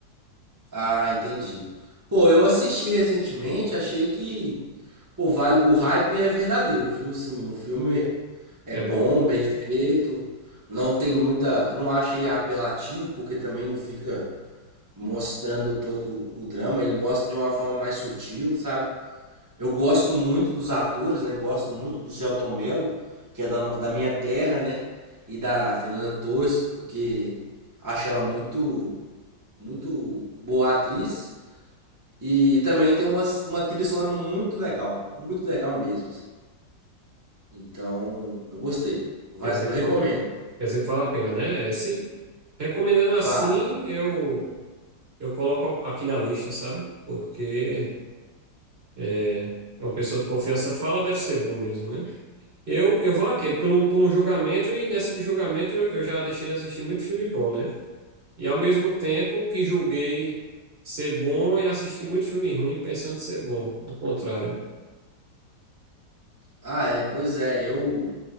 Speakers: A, on the right; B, on the right.
A: Ah, entendi. Pô, eu assisti recentemente, achei que O, vale, o hype é verdadeiro, viu? Assim, o filme é
B: É
A: bom,
B: bom.
A: bem feito. Não tem muita. Eu não achei apelativo, porque também não fica mostrando todo o drama. Ele mostra de uma forma mais sutil, sabe? Eu gosto muito dos atores, né? Gosto muito do Selton Mello, que é da, no- da minha terra, né? E da Fernanda Torres, porque acho ela muito, muito boa atriz. E também tem uma, uma trilha sonora muito legal, muito legal mesmo. assim. Então, eu gostei. Vale-
B: Quer dizer
A: eu recomendo.
B: que, va- quer dizer que vale a pena, né? É, se, recomendando assim,
A: Vale.
B: eu, eu coloco aqui na lista, sabe? Porque É, pra uma pessoa de confiança fala, deve ser bom mesmo, né? Eu, eu vou àquele, por um, por um julgamento, e nessa de julgamento eu já deixei de assistir muito filme bom, né? E ao mesmo tempo que julguei ser bom e assisti muito filme ruim pensando ser bom, o contrário. <laughs>
A: Ah, é, pois é, eu